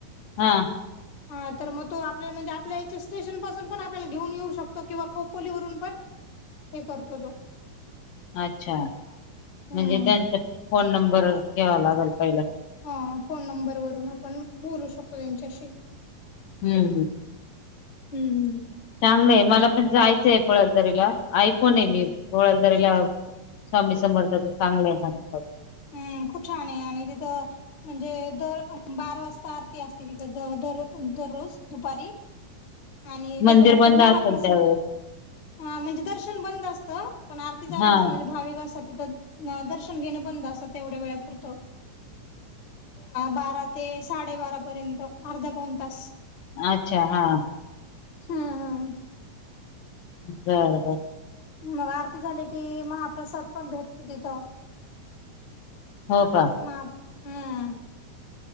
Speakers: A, on the left; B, on the left.
A: हा.
B: <inaudible> हा तर मग तो आपल्या म्हणजे आपल्या याच्या स्टेशन पासून पण आपल्याला घेऊन येऊ शकतो किंवा खोपोलीवरून पण हे करतो तो.
A: अच्छा,
B: हम्म.
A: म्हणजे त्यांचा फोन नंबर घ्यावा लागेल पहिला.
B: हा फोन नंबर वरून आपण बोलू शकतो त्यांच्याशी.
A: हम्म हम्.
B: हम्म.
A: चांगलंय मला पण जायचंय पळसदरीला. ऐकून पण आहे मी पळसदरीला स्वामी समर्थाचे चांगले आहे परिसर.
B: हम्म, खूप छान आहे आणि तिथं म्हणजे दरोज बारा वाजता आरती असते तिथ दर दररोज दुपारी. आणि त्याच्यानंतर
A: मंदिर बंद असेल
B: महाप्रसाद.
A: त्यावेळेस
B: हा म्हणजे दर्शन बंद असतं. पण आरती चालू
A: हा
B: असते म्हणजे भाविक असतात तिथं दर्शन घेणं बंद असत तेवढ्या वेळापुरतं. बारा ते साडेबारा पर्यंत अर्धा पाऊण तास.
A: अच्छा, हा.
B: हा हा ह.
A: बरं बरं.
B: मग आरती झाली की महाप्रसाद पण भेटतो तिथं.
A: हो. का.
B: <unintelligible> हम्म